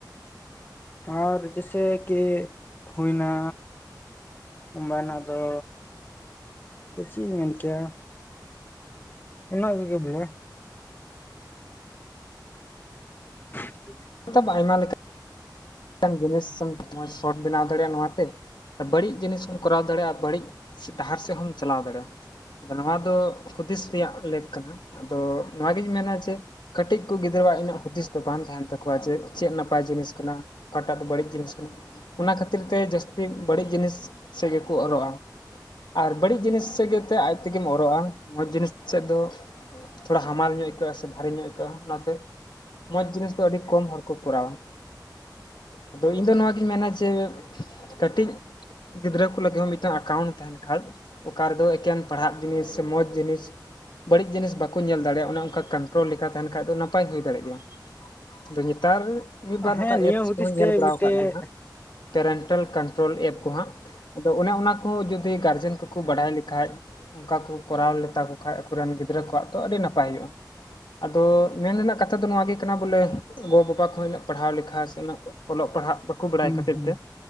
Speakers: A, on the left; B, on the left.
A: ᱟᱨ, ᱡᱮᱥᱮ ᱠᱤ ᱦᱩᱭ ᱮᱱᱟ, ᱢᱟᱱᱟ ᱫᱚ ᱪᱮᱫ ᱤᱧ ᱢᱮᱱ ᱠᱮᱭᱟ, ᱚᱱᱟ ᱠᱚᱜᱮ ᱵᱚᱞᱮ ᱪᱷᱮᱼ ᱾
B: ᱛᱚ, ᱟᱭᱢᱟ ᱞᱮᱠᱟ ᱠᱟᱱ ᱡᱤᱱᱤᱥ ᱮᱢ, ᱢᱚᱡᱽ ᱥᱚᱴ ᱵᱮᱱᱟᱣ ᱫᱟᱲᱮᱭᱟᱜᱼᱟ ᱱᱚᱣᱟ ᱛᱮ, ᱵᱟᱹᱲᱤᱡ ᱡᱤᱱᱤᱥ ᱦᱚᱢ, ᱠᱚᱨᱟᱣ ᱫᱟᱲᱮᱭᱟᱜᱼᱟ, ᱵᱟᱹᱲᱤᱡ ᱰᱟᱦᱟᱨ ᱥᱮᱫ ᱦᱚᱢ, ᱪᱟᱞᱟᱣ ᱫᱟᱲᱮᱭᱟᱜᱼᱟ ᱾ ᱟᱫᱚ, ᱱᱚᱣᱟ ᱫᱚ ᱦᱩᱫᱤᱥ ᱨᱮᱭᱟᱜ, ᱞᱮᱠ ᱠᱟᱱᱟ ᱾ ᱟᱫᱚ, ᱱᱚᱣᱟᱜᱤᱧ ᱢᱮᱱᱟ, ᱡᱮ, ᱠᱟᱹᱴᱤᱡ ᱠᱚ, ᱜᱤᱫᱽᱨᱟᱹᱣᱟᱜ ᱤᱱᱟᱹᱜ, ᱦᱩᱫᱤᱥ ᱵᱟᱝ ᱛᱟᱦᱮᱸᱱ ᱛᱟᱠᱚᱣᱟ, ᱡᱮ, ᱪᱮᱫ ᱱᱟᱯᱟᱭ ᱡᱤᱱᱤᱥ ᱠᱟᱱᱟ ᱾ ᱚᱠᱟᱴᱟᱜ ᱫᱚ, ᱵᱟᱹᱲᱤᱡ ᱡᱤᱱᱤᱥ ᱠᱟᱱᱟ, ᱚᱱᱟ ᱠᱷᱟᱹᱛᱤᱨ ᱛᱮ, ᱡᱟᱹᱥᱛᱤ ᱵᱟᱹᱲᱤᱡ ᱡᱤᱱᱤᱥ ᱥᱮᱜ, ᱜᱮᱠᱚ ᱚᱨᱚᱜᱼᱟ ᱾ ᱟᱨ, ᱵᱟᱹᱲᱤᱡ ᱡᱤᱱᱤᱥ ᱥᱮᱜ ᱜᱮ, ᱟᱡ ᱛᱮᱜᱮᱢ ᱚᱨᱚᱜᱼᱟ ᱾ ᱢᱚᱡᱽ ᱡᱤᱱᱤᱥ ᱥᱮᱫ ᱫᱚ, ᱛᱷᱚᱲᱟ, ᱦᱟᱢᱟᱞ ᱧᱚᱜ ᱟᱹᱭᱠᱟᱹᱜᱼᱟ, ᱥᱮ, ᱵᱷᱟᱨᱤ ᱧᱚᱜ ᱟᱹᱭᱠᱟᱹᱜᱼᱟ, ᱚᱱᱟᱛᱮ ᱢᱚᱸᱡᱽ ᱡᱤᱱᱤᱥ ᱫᱚ, ᱟᱹᱰᱤ ᱠᱚᱢ ᱦᱚᱲ ᱠᱚ, ᱠᱚᱨᱟᱣᱟ ᱾ ᱟᱫᱚ, ᱤᱧ ᱫᱚ ᱱᱚᱣᱟ ᱜᱤᱧ ᱢᱮᱱᱟ, ᱡᱮ, ᱠᱟᱹᱴᱤᱡ ᱜᱤᱫᱽᱨᱟᱹ ᱠᱚ, ᱞᱟᱹᱜᱤᱫ ᱦᱚᱸ, ᱢᱤᱫᱴᱟᱝ ᱮᱠᱟᱣᱩᱱᱴ ᱛᱟᱦᱮᱸᱱ ᱠᱷᱟᱡ, ᱚᱠᱟ ᱨᱮᱫᱚ, ᱮᱠᱮᱱ ᱯᱟᱲᱦᱟᱜ ᱡᱤᱱᱤᱥ, ᱥᱮ, ᱢᱚᱡᱽ ᱡᱤᱱᱤᱥ ᱵᱟᱹᱲᱤᱡ ᱡᱤᱱᱤᱥ ᱵᱟᱠᱚ, ᱧᱮᱞ ᱫᱟᱲᱮᱭᱟᱜᱼᱟ, ᱚᱱᱮ, ᱚᱱᱠᱟ ᱠᱚᱱᱴᱨᱳᱞ ᱞᱮᱠᱟ, ᱛᱟᱦᱮᱱ ᱠᱷᱟᱡ ᱫᱚ, ᱚᱱᱟ ᱱᱟᱯᱟᱭ ᱦᱩᱭ ᱫᱟᱲᱮᱭᱟᱜ ᱜᱮᱭᱟ, ᱱᱮᱛᱟᱨ, ᱢᱤᱫ ᱵᱟᱨ
A: ᱦᱮᱸ
B: ᱱᱚᱝᱠᱟ,
A: ᱱᱤᱭᱟᱹ
B: ᱮᱯᱥ
A: ᱦᱩᱫᱤᱥ
B: ᱠᱚᱦᱚᱧ ᱧᱮᱞ
A: ᱛᱮ
B: ᱵᱟᱲᱟ,
A: ᱢᱤᱫᱴᱮᱡ
B: ᱟᱠᱟᱫ ᱜᱮᱭᱟ, ᱦᱟᱸᱜ ᱾ ᱯᱮᱨᱮᱱᱴᱟᱞ ᱠᱚᱱᱴᱨᱳᱞ ᱮᱯ ᱠᱚ ᱦᱟᱸᱜ, ᱟᱫᱚ, ᱚᱱᱮ ᱚᱱᱟ ᱠᱚᱦᱚᱸ, ᱡᱩᱫᱤ ᱜᱟᱨᱡᱮᱱ ᱠᱚᱠᱚ, ᱵᱟᱰᱟᱭ ᱞᱮᱠᱷᱟᱡ ᱚᱱᱠᱟ ᱠᱚ, ᱠᱚᱨᱟᱣ ᱞᱮ ᱛᱟᱠᱚ ᱠᱷᱟᱱᱡ, ᱟᱠᱚᱨᱮᱱ, ᱜᱤᱫᱽᱨᱟᱹ ᱠᱚᱣᱟᱜ ᱫᱚ, ᱟᱹᱰᱤ ᱱᱟᱯᱟᱭ ᱦᱩᱭᱩᱜᱼᱟ ᱾ ᱟᱫᱚ, ᱢᱮᱱ ᱨᱮᱱᱟᱜ ᱠᱟᱛᱷᱟ ᱫᱚ, ᱱᱚᱣᱟ ᱜᱮ ᱠᱟᱱᱟ ᱵᱚᱞᱮ, ᱜᱚᱼᱵᱟᱵᱟ ᱠᱚᱦᱚᱸ, ᱩᱱᱟᱹᱜ ᱯᱟᱲᱦᱟᱣ ᱞᱮᱠᱷᱟ, ᱥᱮ, ᱩᱜ ᱚᱞᱚᱜ ᱯᱟᱲᱦᱟᱜ, ᱵᱟᱠᱚ ᱵᱟᱲᱟᱭ
A: ᱦᱩᱸ
B: ᱠᱷᱟᱹᱛᱤᱨ
A: ᱦᱩᱸ
B: ᱛᱮ